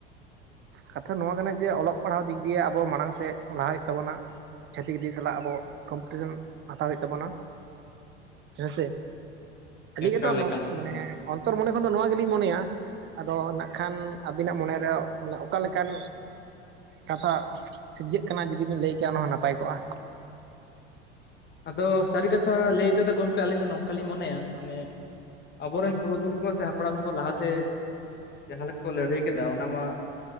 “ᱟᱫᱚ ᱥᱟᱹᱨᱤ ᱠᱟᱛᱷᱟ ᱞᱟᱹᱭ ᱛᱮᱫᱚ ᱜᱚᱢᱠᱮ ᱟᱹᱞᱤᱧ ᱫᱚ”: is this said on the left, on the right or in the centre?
Left